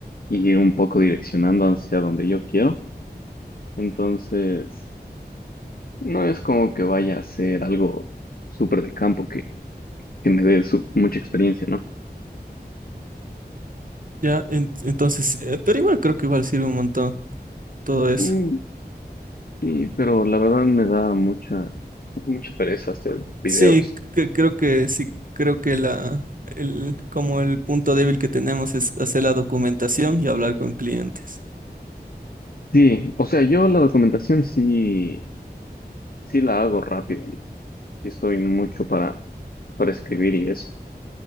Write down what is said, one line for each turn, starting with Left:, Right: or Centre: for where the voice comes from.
Left: ir un poco direccionando hacia donde yo quiero. Entonces, no es como que vaya a ser algo súper de campo que, que me dé su- mucha experiencia, ¿no?
Right: Ya, en- entonces, eh, pero igual creo que igual sirve un montón todo eso.
Left: Mm, Y, pero la verdad me da mucha, mucha pereza hacer videos.
Right: Sí, cre- creo que sí, creo que la, el, como el punto débil que tenemos es hacer la documentación y hablar con clientes.
Left: Sí, o sea, yo la documentación sí, sí la hago rápido. Sí estoy mucho para, para escribir y eso.